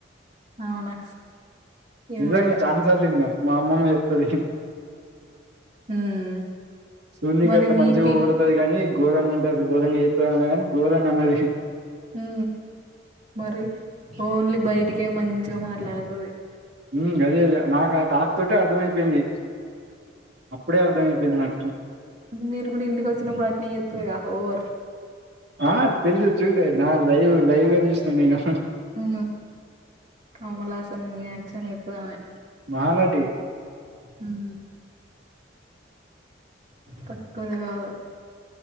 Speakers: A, on the right (about 35°); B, on the right (about 60°).
A: అవునా ఏమో
B: నిజంగా
A: ఇగ
B: చాన సార్లు ఇన్న మా అమ్మమ్మ చెప్తది
A: ఉమ్
B: చూడనికి
A: మరి
B: ఎంతా
A: మీ
B: మంచి
A: పిన్
B: వస్తుది కాని గోరంగా ఉంటది ఘోరంగా చేస్తది అని గోరంగా అన్నది
A: ఉ మరి ఓన్లీ బయటికే మంచిగా మాట్లాడుతది
B: హ్మ్మ్ గదే ది నాకు ఆ టాక్ తోటే అర్థమయిపోయింది అప్పుడే అర్థమయిపోయింది నాకుం
A: మీరు కూడా ఇంటికి వచ్చినప్పుడు అట్టనే చేస్తది కదా ఓవర్
B: ఆ తెలుసు చూలే నా లైవ్ లైవ్ చూసిన నేను
A: ఆ కమల్హాసన్ యాక్షన్ చేస్తాదామే
B: మహానటి
A: ఉం తక్కువదే కాదు